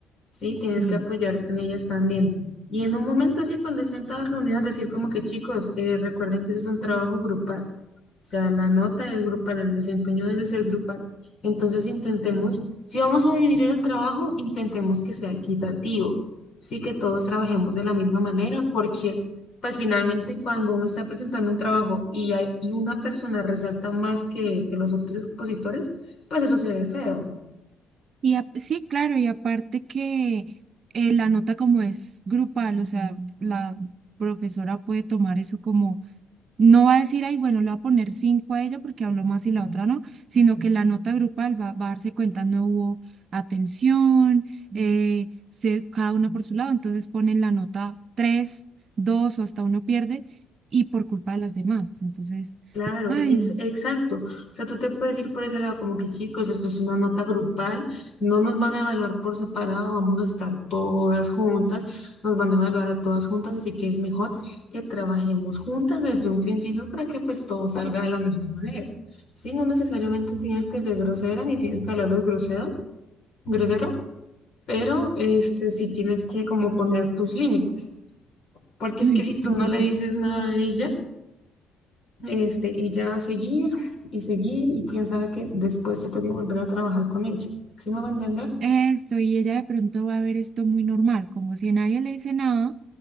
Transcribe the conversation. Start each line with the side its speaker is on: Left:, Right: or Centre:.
Left: sí, tienes
Right: Sí.
Left: que apoyarte en ellas también. Y en un momento así, cuando estén todas reunidas, decir como que, chicos, eh, recuerden que eso es un trabajo grupal. O sea, la nota es grupal, el desempeño debe ser grupal. Entonces intentemos, si vamos a dividir el trabajo, intentemos que sea equitativo, sí que todos trabajemos de la misma manera, porque pues finalmente cuando uno está presentando un trabajo y, hay- y una persona resalta más que, que los otros expositores, pues eso se ve feo.
Right: Y ap- sí, claro, y aparte que eh, la nota como es grupal, o sea, la profesora puede tomar eso como, no va a decir, ay, bueno, le va a poner cinco a ella porque habló más y la otra no, sino que la nota grupal va, va a darse cuenta, no hubo atención, eh, se, cada una por su lado, entonces ponen la nota tres, dos o hasta uno pierde y por culpa de las demás. Entonces,
Left: Claro,
Right: ay,
Left: es
Right: no,
Left: exacto. O sea, tú te puedes ir por ese lado como que, chicos, esto es una nota grupal, no nos van a evaluar por separado, vamos a estar todas juntas, nos van a evaluar a todas juntas, así que es mejor que trabajemos juntas desde un principio para que pues todo salga de la mejor manera. Sí, no necesariamente tienes que ser grosera ni tienes que hablarles grosero, grosero, pero este sí tienes que como poner tus límites, porque es
Right: ay,
Left: que si
Right: sí,
Left: tú no
Right: sí,
Left: le
Right: sí.
Left: dices nada a ella este, y ya seguir y seguir, y quién sabe que después se toque volver a trabajar con ella. ¿Sí me va a entender?
Right: Eso, y ella de pronto va a ver esto muy normal, como si nadie le dice nada,